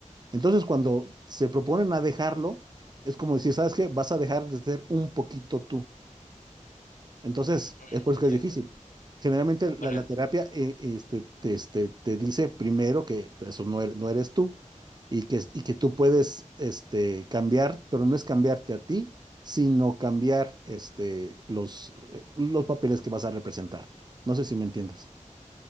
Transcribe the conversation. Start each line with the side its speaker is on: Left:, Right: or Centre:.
Right: Entonces, cuando se proponen a dejarlo, es como decir, ¿sabes qué? Vas a dejar de ser un poquito tú entonces,
Left: Ujú,
Right: es por eso
Left: Entiendo.
Right: que es difícil. Generalmente la,
Left: Bueno,
Right: la terapia eh, este, te, este, te dice primero que eso no eres, no eres tú y que, y que tú puedes este, cambiar, pero no es cambiarte a ti, sino cambiar este, los, eh, los papeles que vas a representar. No sé si me entiendes.